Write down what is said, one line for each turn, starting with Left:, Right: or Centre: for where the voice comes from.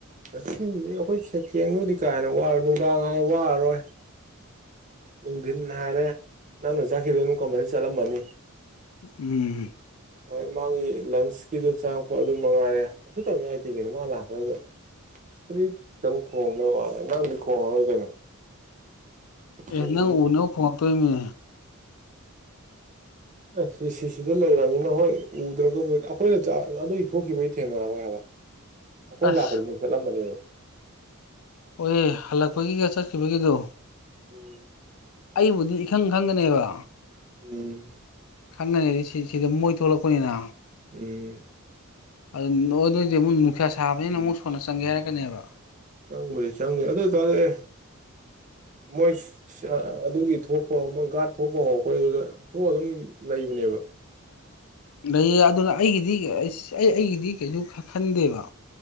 Right: ꯑꯁꯤꯕꯨꯗꯤ ꯑꯩꯈꯣꯏ ꯁꯦꯀꯦꯟꯕꯨꯗꯤ ꯀꯥꯏꯅ ꯋꯥꯔꯣꯏ ꯅꯨꯡꯗꯥꯡ ꯑꯃꯨꯛ ꯋꯥꯔꯔꯣꯏ ꯅꯨꯡꯗꯤꯟ ꯍꯥꯏꯔꯦ ꯅꯪꯅ ꯆꯠꯈꯤꯕꯗꯨ ꯀꯃꯥꯏ ꯆꯠꯂꯝꯃꯅꯤ
Left: ꯎꯝ
Right: ꯍꯣꯏ ꯃꯥꯒꯤ ꯂꯟꯁꯀꯤꯗꯣ ꯆꯪꯉꯛꯄ ꯑꯗꯨ ꯃꯉꯥꯏꯔꯦ ꯀꯩꯁꯨ ꯇꯧꯅꯤꯡꯉꯥꯏ ꯂꯩꯇꯦ ꯀꯩꯅꯣ ꯃꯥ ꯂꯥꯛꯄꯗꯨ ꯑꯗꯨꯗꯤ ꯇꯪ ꯈꯣꯡꯕꯣꯏ ꯃꯥꯜꯂꯦ ꯅꯪꯗꯤ ꯈꯣꯡꯉꯔꯣꯏ ꯀꯩꯅꯣ
Left: ꯑꯦ
Right: ꯑꯩꯕꯨꯗꯤ
Left: ꯅꯪ ꯎꯅꯕ ꯈꯣꯡꯉꯛꯇꯣꯏꯅꯦ
Right: ꯑ ꯁꯤ ꯁꯤꯁꯤꯗ ꯂꯩꯔꯝꯅꯤꯅ ꯍꯣꯏ ꯎꯗ꯭ꯔꯒꯕꯨ ꯑꯩꯈꯣꯏꯅ ꯑꯗꯨꯒꯤ ꯊꯣꯛꯈꯤꯕꯩ ꯊꯦꯡꯅꯔꯕ ꯉꯥꯛꯇ ꯑꯩꯈꯣꯏ
Left: ꯑꯁ
Right: ꯂꯥꯛꯄꯗꯥ ꯃꯣꯏꯗꯤ ꯆꯠꯂꯝꯃꯥꯅꯦꯕ
Left: ꯑꯣꯏꯌꯦ ꯍꯜꯂꯛꯄꯒꯤꯒ ꯆꯠꯈꯤꯕꯒꯤꯗꯨ
Right: ꯎꯝ
Left: ꯑꯩꯕꯨꯗꯤ ꯏꯈꯪ ꯈꯪꯒꯅꯦꯕ
Right: ꯎꯝ
Left: ꯈꯪꯒꯅꯤ ꯔꯤꯁꯤ ꯁꯤꯗ ꯃꯣꯏ ꯊꯣꯛꯂꯛꯄꯅꯤꯅ
Right: ꯎꯝ
Left: ꯑꯗꯨ ꯅ ꯅꯣꯏꯗꯤ ꯑꯃꯨꯛ ꯅꯨꯡꯁꯥ ꯁꯥꯕꯅꯤꯅ ꯑꯃꯨꯛ ꯁꯣꯟꯅ ꯆꯪꯒꯦ ꯍꯥꯏꯔꯛꯀꯅꯦꯕ
Right: ꯆꯪꯕꯨꯗꯤ ꯆꯪꯅꯤ ꯑꯗ ꯇꯔꯁꯨ ꯑꯦ ꯃꯣꯏ ꯑꯗꯨꯒꯤ ꯊꯣꯛꯄ ꯍꯧ ꯒꯥꯔꯗ ꯊꯣꯛꯄ ꯍꯧꯔꯛꯄꯩꯗꯨꯗ ꯊꯣꯛꯑ ꯑꯗꯨꯝ ꯂꯩꯕꯅꯦꯕ
Left: ꯂꯩꯌꯦ ꯑꯗꯨꯅ ꯑꯩꯒꯤꯗꯤ ꯑꯁ ꯑꯩ ꯑꯩꯒꯤꯗꯤ ꯀꯩꯁꯨ ꯈꯟꯗꯦꯕ